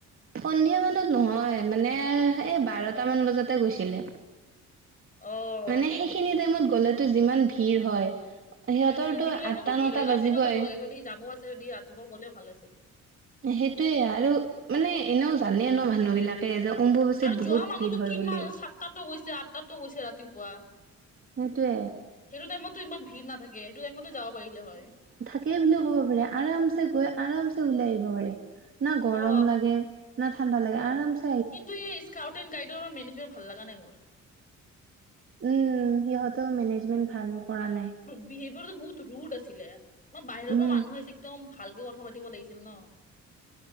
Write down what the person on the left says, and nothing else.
অ'।
উম সেইটো টাইমতো
ভিৰ
হয় ৰাতিপুৱা
যাব লাগে যদি যাব আছে যদি ৰাতিপুৱা গ'লেও ভাল আছিল।
আৰু যোৱা
মানুহতো
কিমান
সাতটাতো গৈছে আঠটাতো গৈছে ৰাতিপুৱা।
সেইটো টাইমতো ইমান ভিৰ নাথাকে সেইটো টাইমতো যাব পাৰিলে হয়।
অ
কিন্তু এই স্কাউট এণ্ড গাইডৰ মেনেজমেট ভাল লাগা নাই মোৰ।
বিহেভিয়ৰটো বহুত ৰুড আছিলে ন বাহিৰৰ
পৰা মানুহ আহিছে একদম ভালকে কথা পাতিব লাগিছিল ন।